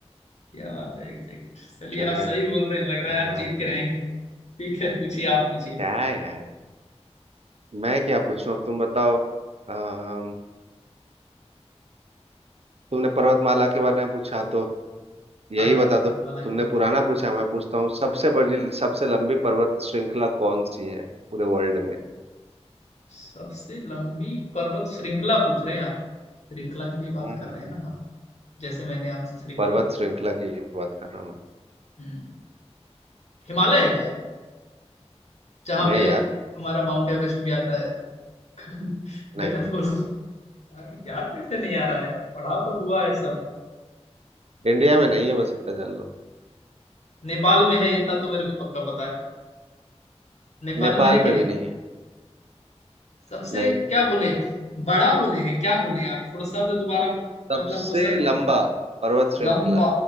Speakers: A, on the left; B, on the right.
A: क्या बात है एग्जैक्ट चलिए
B: चलो
A: आप सही
B: यार
A: बोल रहे हैं लग रहा
B: धन्यवाद
A: है आज जीत के रहेंगे ठीक है पूछिए आप पूछिए
B: क्या है यार मैं क्या पूछूं अब तुम बताओ आ, तुमने पर्वतमाला के बारे में पूछा तो यही
A: हाँ जी
B: बता
A: पर्वतमाला
B: दो तुमने
A: के बारे
B: पुराना
A: में
B: पूछा मैं पूछता हूँ सबसे बड़ी सबसे लंबी पर्वत श्रृंखला कौन सी है पूरे वर्ल्ड में
A: सबसे लंबी पर्वत श्रृंखला पूछ रहे हैं आप श्रृंखला की ही बात
B: हम्म हम्म,
A: कर रहे
B: हम्म।
A: हैं ना हाँ जैसे मैंने आपसे श्रृंखला
B: पर्वत
A: पूछा
B: श्रृंखला की बात कर रहा हूँ
A: हम्म हिमालय है क्या जहाँ
B: मैं नहीं
A: पे
B: यार
A: हमारा माउंट एवरेस्ट भी आता है <laughs> गलत गलत
B: नहीं
A: बोला अरे याद कैसे नहीं आ रहा है पढ़ा तो हुआ है सब हम्म,
B: इंडिया में नहीं है बस इतना जान लो
A: नेपाल में है इतना तो मेरे को पक्का पता है नेपाल
B: नेपाल
A: में है कि
B: में
A: नहीं
B: भी नहीं है
A: सबसे
B: नहीं
A: क्या बोले बड़ा बोले हैं क्या बोले आप थोड़ा शब्द दोबारा
B: सबसे
A: मतलब क्वेश्चन बोले
B: लंबा पर्वत श्रृंखला
A: लंबा